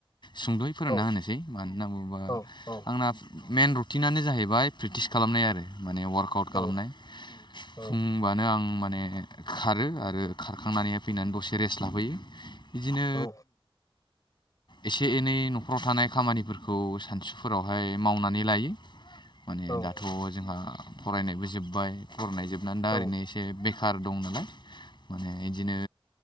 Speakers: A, on the left; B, on the left.
A: सुंदयै फोरमाना
B: औ
A: होनोसै मानो होनना बुङोबा
B: औ औ
A: आंना मेन रुटिनानो जाहैबाय प्रेकटिस खालामनाय आरो। माने वार्कआउट खालामनाय
B: औ
A: फुंबानो
B: औ
A: आं माने खारो आरो खारखांनानै फैनानै दसे रेस्ट लाबोयो बिदिनो
B: औ
A: एसे एनै नखराव थानाय खामानिफोरखौ सानसुफोरावहाय मावनानै लायो। माने
B: औ
A: दाथ जोंहा फरायनायबो जोब्बाय फरायनाय जोबनानै दा
B: औ
A: ओरैनो एसे बे कार दं नालाय माने बिदिनो